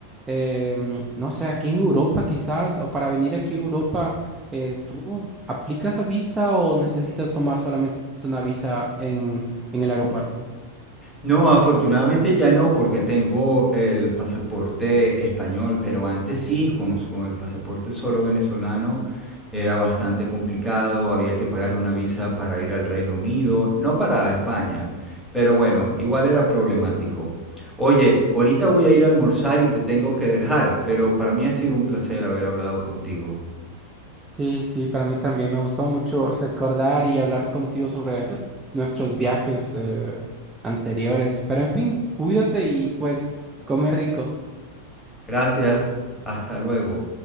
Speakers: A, on the right; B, in the centre.
A: em, no sé, aquí en Europa quizás, o para venir aquí a Europa, eh, ¿tú aplicas a visa o necesitas tomar solamente una visa en, en el aeropuerto?
B: No, afortunadamente ya no, porque tengo el pasaporte español, pero antes sí, con, con el pasaporte solo venezolano era bastante complicado, había que pagar una visa para ir al Reino Unido, no para España, pero bueno, igual era problemático. Oye, ahorita voy a ir a almorzar y te tengo que dejar, pero para mí ha sido un placer haber hablado contigo.
A: Sí, sí, para mí también me gustó mucho recordar y hablar contigo sobre nuestros viajes eh, anteriores. Pero en fin, cuídate y pues come rico.
B: Gracias, hasta luego.